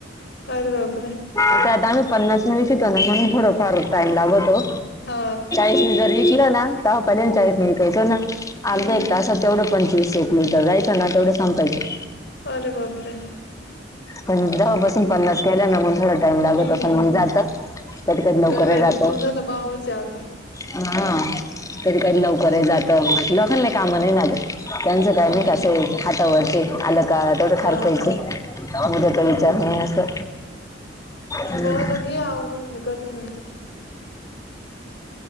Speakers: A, on the left; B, on the left.
A: अरे बापरे!
B: आणी त्यात आम्ही पन्नास म <unintelligible> म्हणून थोडफार टाइम लागतो.
A: हो.
B: ते जर विकल ना? तेव्हा पहिले चाळीस विकायचो ना?
A: हम्म.
B: अर्धा एक तासात तेवढ- पंचवीस एक लिटर जायचं ना तेवढं संपायचं.
A: अरे बापरे!
B: पण जाव बसून पन्नास केल ना टाईम लागत
A: हम्म
B: पण जात कधी कधी लवकर
A: बर बाई
B: ही जातो.
A: दुधाला भावच आहे आता.
B: हा. कधी कधी लवकर ही जात म्हटलं लोकांना कामं नाही ना, त्यांचं काय
A: हा
B: नाही का सोईचं. हातावरती आलं का थोडं खर्चायंच,
A: हा हा
B: उद्याचा विचार नाही असं. हम्म.
A: बरं घे आवरून, मी करते नंतर.